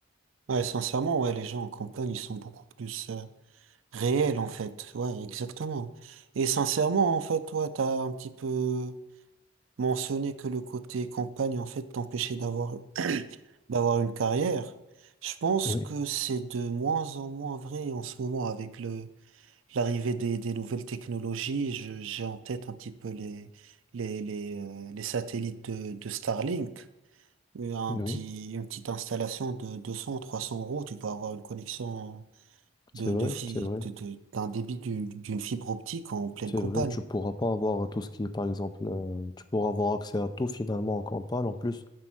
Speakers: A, on the right (about 85°); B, on the left (about 20°).
A: Ouais, sincèrement, ouais, les gens en campagne, ils sont beaucoup plus euh, réels, en fait. Ouais, exactement. Et sincèrement, en fait, toi, t'as un petit peu mentionné que le côté campagne, en fait, t'empêchait d'avoir, d'avoir une carrière. Je pense
B: Oui,
A: que c'est de moins en moins vrai en ce moment avec le, l'arrivée des, des nouvelles technologies. Je- j'ai en tête un petit peu les, les, les, euh, les satellites de, de Starlink. Un
B: oui,
A: petit, une petite installation de deux cents trois cents euros, tu peux avoir une connexion de,
B: c'est vrai,
A: de, fi-
B: c'est vrai.
A: de- de- d'un débit d'une d'une fibre optique en pleine
B: C'est
A: campagne.
B: vrai, tu pourras pas avoir tout ce qui est, par exemple, euh, tu pourras avoir accès à tout finalement en campagne. En plus,